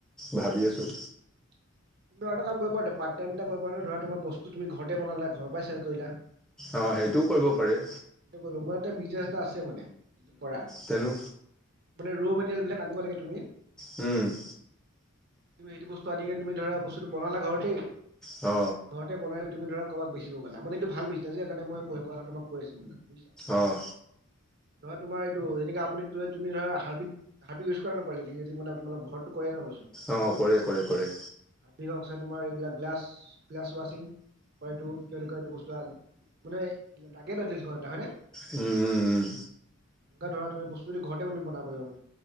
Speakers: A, in the centre; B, on the right (about 50°).
A: ভাবি
B: <unintelligible> আৰু
A: আছোঁ
B: এটা কাম কৰিব পাৰিলা, পাৰ্ট টাইম এটা কৰিব পাৰা, ধৰা তোমাৰ বস্তু তুমি ঘৰতে বনালা ঘৰৰ পৰাই চেল কৰিলা।
A: অ সেইটোও কৰিব পাৰি।
B: মোৰ ইয়াতে বিজনেছ এটা আছে মানে, কৰা, মানে
A: তেনো
B: ৰ' মেটেৰিয়েল বিলাক আনিব লাগে তুমি।
A: উম।
B: তুমি সেইটো বস্তু আনি কেনে তুমি ধৰা বস্তুটো বনালা ঘৰতেই
A: অ।
B: ঘৰতে বনাই তুমি ধৰা কাবাক বেচিব গ'লা মানে এইটো ভাল বিজনেছ যে সেই কাৰণে মই কথাটো তোমাক কৈ আছো। বুজিছা?
A: অঁ
B: ধৰা তোমাৰ এইটো যেনেকে আপুনি তুমি ধৰা হাৰপিক হাৰপিক ইউজ কৰা নে নকৰা <unintelligible> মানে তোমালোকৰ ঘৰতটো কৰে ন'
A: অঁ কৰে কৰে কৰে।
B: হৰপিকো আছে তোমাৰ এইবিলাক গ্লাছ গ্লাছ ৱাছিং। হয়টো কি বুলি কয় এইটো বস্তু মানে লাগে এতলিষ্ট ঘৰ এটা হয়নে?
A: উম উম উম।
B: এনেকা ধৰা তুমি বস্তুটো ঘৰতে বনাব পাৰিবা।